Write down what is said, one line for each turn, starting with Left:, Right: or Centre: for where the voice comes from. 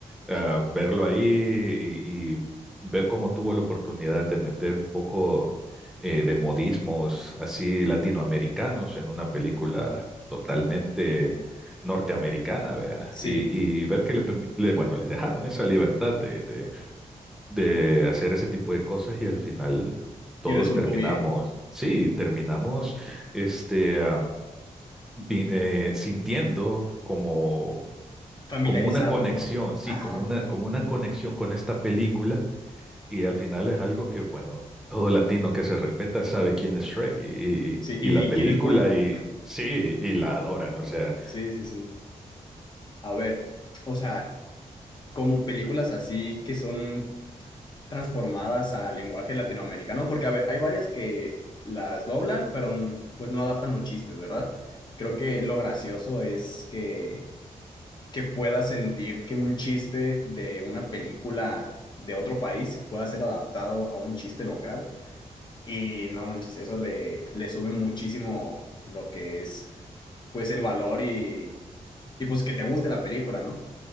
Centre: ah, verlo ahí y, y ver cómo tuvo la oportunidad de meter un poco eh, de modismos así latinoamericanos en una película totalmente norteamericana, vea,
Left: sí,
Centre: y, y ver que le, permi- le- bueno, le dejaron esa libertad de, de, de hacer ese tipo de cosas y al final todos
Left: y resultó
Centre: terminamos,
Left: bien,
Centre: sí, terminamos este, ah, vi- eh, sintiendo como
Left: familiarizados,
Centre: como una conexión,
Left: ¿no?
Centre: sí,
Left: Ajá,
Centre: como una, como una conexión con esta película y al final es algo que, bueno, todo latino que se respeta sabe quién es Shrek y, y-
Left: sí, ¿y,
Centre: y la
Left: y
Centre: película
Left: quién es burro?
Centre: y sí, y la adoran, o sea,
Left: Sí, sí, sí. A ver, o sea, como películas así que son transformadas al lenguaje latinoamericano, porque a ver, hay varias que las doblan, pero mm, pues no adaptan los chistes, ¿verdad? Creo que lo gracioso es que, que puedas sentir que un chiste de una película de otro país pueda ser adaptado a un chiste local y no manches, eso le, le sube muchísimo lo que es pues el valor y, y pues que te guste la película, ¿no?